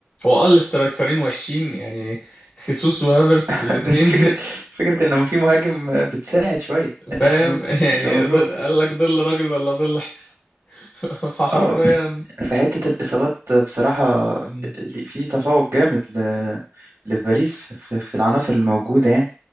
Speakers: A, on the left; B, on the right.
A: هو اه الاسترايكرين وحشين يعني خيسوس وهافرتس
B: <laughs>
A: الاتنين
B: بس فكرة فكرة إنه في مهاجم آه، بتساعد شوية
A: <laughs> فاهم
B: <laughs>
A: يعني
B: ده مظبوط
A: ض- قال لك ظل راجل ولا ظل <laughs> فحرفيا
B: اه في حتة الإصابات بصراحة
A: مم،
B: في تفوق جامد ل... لباريس في... في في العناصر الموجودة يعني